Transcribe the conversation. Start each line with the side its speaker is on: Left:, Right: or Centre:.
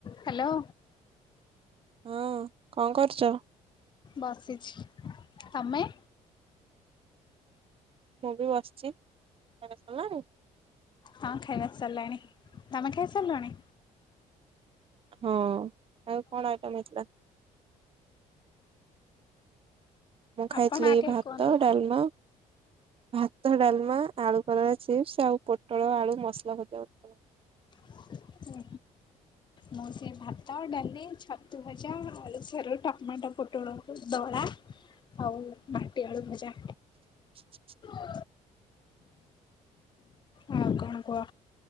Left: Hello.
Right: ହୁଁ କଣ କରୁଛ?
Left: ବସିଛି। ତମେ?
Right: ମୁଁ ବି ବସିଛି। ଖିଆ ପିଆ ସାରିଲାଣି?
Left: ହଁ ଖାଇବା ସରିଲାଣି। ତମେ ଖାଇ ସାରିଲଣି?
Right: ହଁ। ଆଉ କଣ ଆଇଟମ୍ ହେଇଥିଲା? ମୁଁ ଖାଇଥିଲି
Left: ଆପଣ ଆଗେ
Right: ଭାତ
Left: କୁହନ୍ତୁ?
Right: ଡ଼ାଲମା। ଭାତ ଡ଼ାଲମା ଆଳୁ କଲରା ଚିପ୍ସ ଆଉ ପୋଟଳ ଆଳୁ ମସଲା ଭଜା ହେଇଥିଲା।
Left: ଉଁ ହୁଁ। ମୁଁ ବି ସେଇ ଭାତ ଡାଲି ଛତୁ ଭଜା ଆଳୁ ସାରୁ ଟମାଟୋ ପୋଟୋଳ କୁ ଦଳା। ଆଉ ମାଟିି ଆଳୁ ଭଜା।
Right: <inaudible>
Left: <unintelligible> ଆଉ କଣ କୁହ?